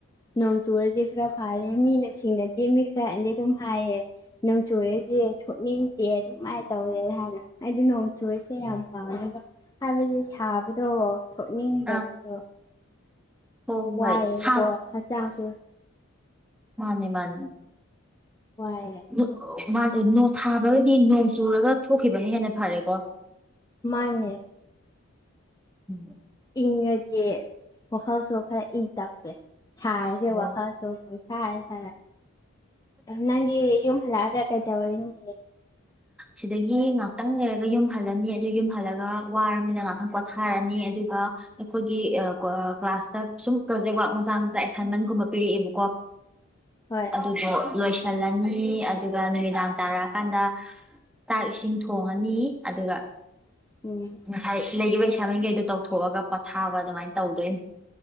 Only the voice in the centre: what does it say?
ꯑꯥ ꯍꯣꯏ
ꯍꯣꯏ ꯁꯥ
ꯃꯥꯅꯦ ꯃꯥꯅꯦ
ꯅꯣ ꯃꯥ ꯅꯣ ꯁꯥꯕꯒꯗꯤ ꯅꯣꯡ ꯆꯨꯔꯒ ꯊꯣꯛꯈꯤꯕꯅ ꯍꯦꯟꯅ ꯐꯔꯦꯀꯣ꯫
<unintelligible>
ꯑꯣ
ꯁꯤꯗꯒꯤ ꯉꯥꯏꯍꯥꯛꯇꯪ ꯂꯩꯔꯒ ꯌꯨꯝꯍꯜꯂꯅꯤ ꯑꯗꯨ ꯌꯨꯝꯍꯜꯂꯒ ꯋꯥꯔꯕꯅꯤꯅ ꯉꯍꯥꯛꯇꯪ ꯄꯣꯊꯥꯔꯅꯤ ꯑꯗꯨꯒ ꯑꯩꯈꯣꯏꯒꯤ ꯀ꯭ꯂꯥꯁꯇ ꯁꯨꯝ ꯄ꯭ꯔꯣꯖꯦꯛ ꯋꯥꯔꯛ ꯃꯆꯥ ꯃꯆꯥ ꯑꯦꯁꯥꯏꯟꯃꯦꯟꯒꯨꯝꯕ ꯄꯤꯔꯛꯑꯦꯕꯀꯣ
ꯑꯗꯨꯨꯕꯣ ꯂꯣꯏꯁꯤꯜꯂꯅꯤ ꯑꯗꯨꯒ ꯅꯨꯃꯤꯗꯥꯡ ꯇꯥꯔꯛꯑꯀꯥꯟꯗ ꯆꯥꯛ ꯏꯁꯤꯡ ꯊꯣꯡꯉꯅꯤ ꯑꯗꯨꯒ
ꯉꯁꯥꯏ ꯂꯩꯈꯤꯕ ꯏꯁꯥꯃꯛꯈꯩꯗꯣ ꯇꯧꯊꯣꯛꯑꯒ ꯄꯣꯊꯥꯕ ꯑꯗꯨꯃꯥꯏꯅ ꯇꯧꯗꯣꯏꯅꯤ